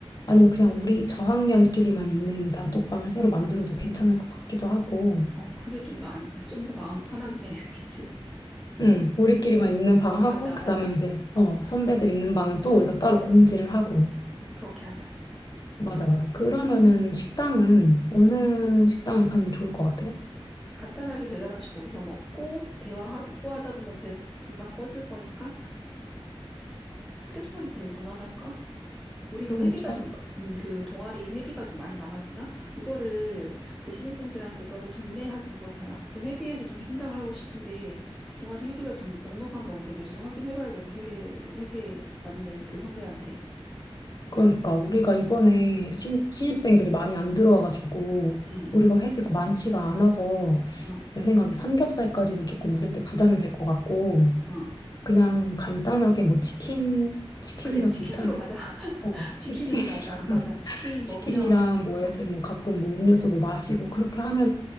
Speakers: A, on the left (about 40°); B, in the centre.
A: 아니면 그냥 우리 저학년끼리만 있는 단톡방을 새로 만들어도 괜찮을 것 같기도 하고,
B: 어, 그게 좀 더, 안, 좀 더 마음이 편하긴 해. <laughs> 그치?
A: 음, 우리끼리만
B: 음.
A: 있는 방하고,
B: 어, 맞아,
A: 그다음에
B: 맞아.
A: 이제, 어, 선배들 있는 방은 또 우리가 따로 공지를 하고.
B: 음, 그렇게 하자.
A: 맞아, 맞아. 그러면은 식당은 어느
B: 음,
A: 식당을 가는 게 좋을 것 같아?
B: 간단하게 배달 음식 거기서 먹고, 대화 하다, 하다 보면 배 금방 꺼질 거니까, 삼겹살이 제일 무난할까? 우리가
A: 삼겹살?
B: 회비가 좀, 마- 음, 그 동아리 회비가 좀 많이 남아있나? 이거를 그 신입생들한테 너네 돈내 하긴 그렇잖아. 그래서 회비에서 좀 충당을 하고 싶은데 동아리 회비가 좀 넉넉한가 모르겠어. 확인해봐야겠다. 회계, 회계 맞는 그 선배한테.
A: 그러니까 우리가 이번에 신, 신입생들이 많이 안 들어와가지고
B: 응,
A: 우리가 회비가 많지가 않아서
B: 어,
A: 내 생각에 삼겹살까지는 조금 우리한테 부담이 될 것 같고
B: 어.
A: 그냥 간단하게 뭐 치킨 치킨이나
B: 그래, 치킨으로
A: 비슷한
B: 가자. <laughs>
A: 어 치킨
B: 치킨으로
A: <laughs>
B: 가자. 맞아. 치킨
A: 치킨이랑
B: 먹으면,
A: 뭐 애들
B: 어,
A: 뭐 가끔 뭐 음료수 뭐 마시고 그렇게 하면은